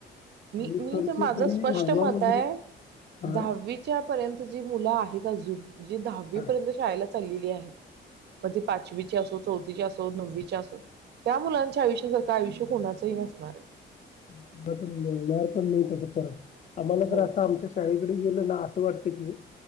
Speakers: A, on the left; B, on the right.
A: सेमिस्टरचे
B: मी मी तर माझ
A: तरी
B: स्पष्ट
A: व्हायवा
B: मत
A: वगैरे
B: आहे,
A: हा
B: दहावीच्या पर्यंत जी मुल आहेत <unintelligible> जे दहावी
A: हा
B: पर्यंत शाळेला ठरलेली आहेत पण ते पाचवीचे असो, चौथीचे असो, नववीचे असो त्या मुलांच्या आयुष्यासा का आयुष्य कोणाचही नसणार आहे.
A: <unintelligible> मिळणार पण नाही तस परत. आम्हाला
B: हो
A: तर अस आमच्या शाळेकडे गेल ना अस वाटत की